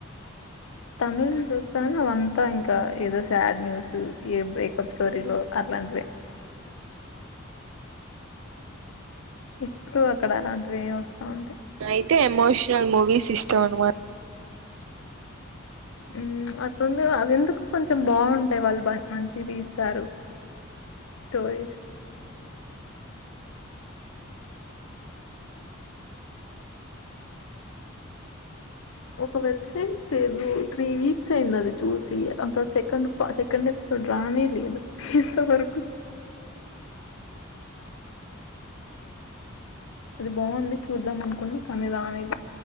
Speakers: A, on the left; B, on the right.
A: తమిళని చూస్తా అవంతా ఇంకా ఏదో శాడ్ న్యూస్ ఏ బ్రేకప్ స్టోరీలో అట్లాంటివిే ఎక్కువ అక్కడ అలాంటివిేవి వస్తా ఉంటాయి
B: అయితే ఎమోషనల్ మూవీస్ ఇష్టం అనమాట
A: ఉమ్ అత్ర అవి ఎందుకు కొంచెం బాగుంటాయి వాళ్ళు మంచి తీస్తారు స్టోరీస్ ఒక వెబ్సైరీస్ లేదు త్రీ వీక్స్ అయింది అది చూసి అం సెకండ్ సెకండ్ రానిి లేదు ఇంత వరకు అది బాగుంది చూద్దాం అనుకున్నా కానీ రానేది